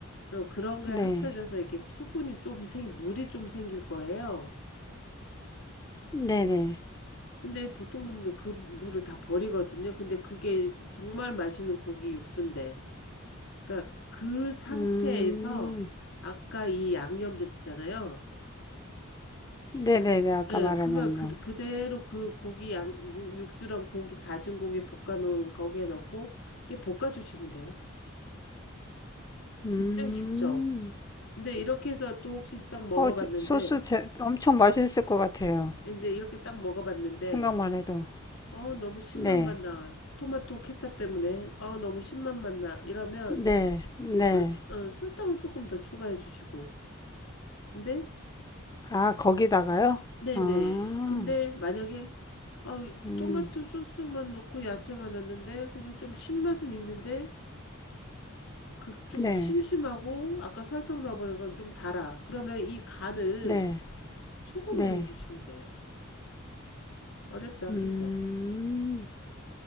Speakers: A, on the left (about 65°); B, on the left (about 15°).
A: 그럼 그런 게
B: 네,
A: 합쳐져서 이렇게 수분이 좀 생, 물이 좀 생길 거예요.
B: 네네.
A: 근데 보통 분들은 그 물을 다 버리거든요. 근데 그게 정말 맛있는 고기 육수인데. 그러니까 그 상태에서
B: 음,
A: 아까 이 양념들 있잖아요.
B: 네네네, 아까
A: 예,
B: 말한
A: 그걸
B: 양념.
A: 그, 그대로 그 고기 양, 무, 육수랑 고기, 다진 고기 볶아놓은 거기에 넣고, 이렇게 볶아주시면 돼요.
B: 음.
A: 굉장히 쉽죠? 근데 이렇게 해서 또 혹시 딱 먹어봤는데,
B: 어, 저- 소스 제, 엄청 맛있을 것 같아요.
A: 근데 이렇게 딱 먹어봤는데,
B: 생각만 해도.
A: 어우, 너무 신맛만
B: 네.
A: 나. 토마토 케첩 때문에, 어우, 너무 신맛만 나. 이러면
B: 네. 네.
A: 설, 어, 설탕을 조금 더 추가해 주시고. 근데,
B: 아, 거기다가요?
A: 네네.
B: 아,
A: 근데 만약에, 아,
B: 음.
A: 토마토 소스만 넣고 야채만 넣었는데, 그냥 좀 신맛은 있는데, 그 좀
B: 네.
A: 심심하고 아까 설탕 넣어보는 건 좀 달아. 그러면 이 간을
B: 네.
A: 소금으로
B: 네.
A: 해주시면 돼요. 어렵지 않겠죠?
B: 음.